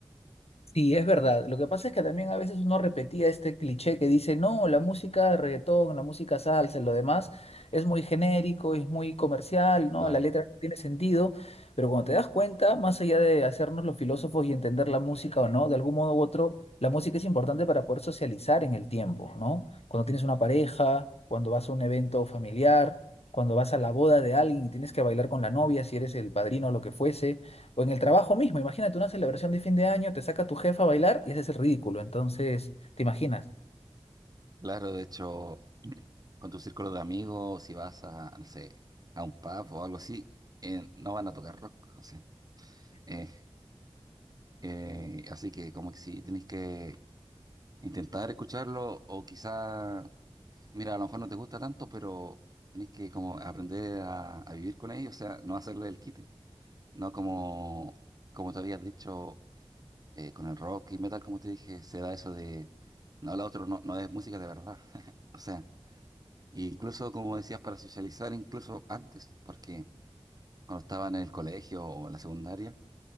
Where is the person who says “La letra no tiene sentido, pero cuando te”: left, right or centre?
Left